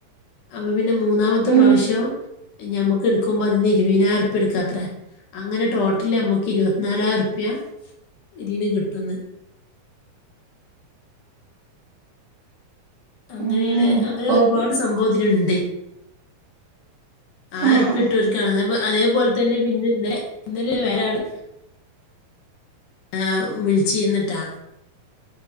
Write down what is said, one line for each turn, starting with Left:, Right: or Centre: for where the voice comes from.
Left: അപ്പ പിന്നെ മൂന്നാമത്തെ
Right: ഉം
Left: പ്രാവശ്യം ഞമ്മക്ക് എടുക്കുമ്പോ അതിന്ന് ഇരുപതിനായിരം റുപ്യ എടുക്കാത്രേ അങ്ങനെ ടോട്ടൽ നമ്മുക്ക് ഇരുപത്തിനാലായിരം റുപ്യ ഇതീന്ന് കിട്ടുന്നു അങ്ങനെയാണ്
Right: ഉം
Left: അങ്ങനെ
Right: ഓക്ക്
Left: ഒരുപാട് സംഭവം ഇതില്ണ്ട് ആയിരപ്യ
Right: ആഹ്
Left: ഇടോൽക്ക്ണ് എർപ്പെിട്ടൊക്കാണ് അതേപോലെ തന്നെ പിന്നെന്നെ ഇന്നല്ല വേറെ ആള് ആ വിളിച്ചിരുന്നുട്ടാ